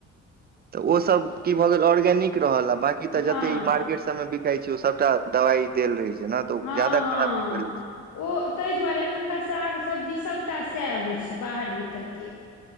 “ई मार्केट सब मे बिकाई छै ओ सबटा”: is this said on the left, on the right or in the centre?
Right